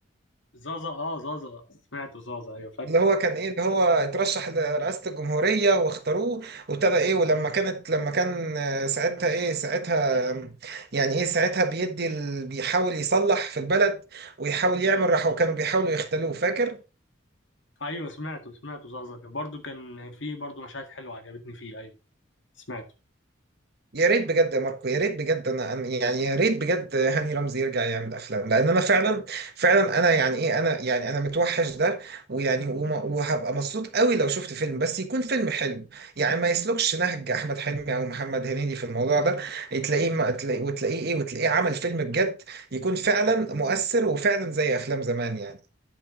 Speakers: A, on the left; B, on the right.
A: زازا اه زازا سمعته زازا ايوه فاكر
B: اللي هو كان ايه اللي هو اترشح لرئاسة الجمهورية واختاروه وابتدى ايه ولما كانت لما كان آه، ساعتها ايه ساعتها آم، يعني ايه ساعتها بيدي ال... بيحاول يصلح في البلد ويحاول يعمل راحة وكانوا بيحاولوا يختلوه فاكر
A: ايوه سمعته سمعته زازا برضو كان في برضو مشاهد حلوه عجبتني فيه ايوه سمعت
B: يا ريت بجد يا ماركو يا ريت بجد انا أنا- يعني يا ريت بجد هاني رمزي يرجع يعمل افلام لان انا فعلا فعلا انا يعني ايه انا يعني انا متوحش ده ويعني وما- وهبقى مبسوط قوي لو شفت فيلم بس يكون فيلم حلو يعني ما يسلكش نهج احمد حلمي او محمد هنيدي في الموضوع ده تلاقيه ما تلاقيه وتلاقيه ايه وتلاقيه عمل فيلم بجد يكون فعلا مؤثر وفعلا زي افلام زمان يعني